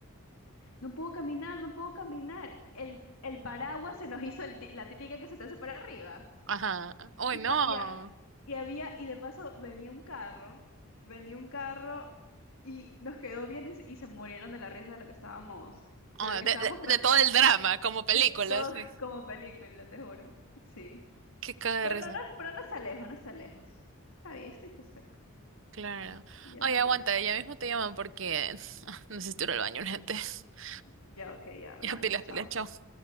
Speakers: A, on the left (about 75°); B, on the right (about 60°).
A: no puedo caminar, no puedo caminar. El, el paraguas se nos hizo el ti- la típica que se te hace para arriba.
B: Ajá. Uy,
A: Y,
B: no.
A: pa- y, a- y había, y de paso venía un carro, venía un carro y nos quedó bien y, se y se murieron de la risa de lo que estábamos, de
B: Ah,
A: lo que
B: de,
A: estábamos
B: de- de todo el drama, como películas.
A: De todo
B: sí.
A: <laughs> como película, te juro. Sí.
B: Qué caga
A: Pero
B: de risa.
A: no, no, pero no se lejos, no se lejos. Está bien, sí, está cerca.
B: Claro.
A: Ya
B: Oye,
A: sí.
B: aguanta, ya mismo te llaman porque <laughs> necesito ir al baño, gente. <laughs>
A: Ya, ok, ya hablamos.
B: Ya pilas,
A: Chao.
B: pilas, chao.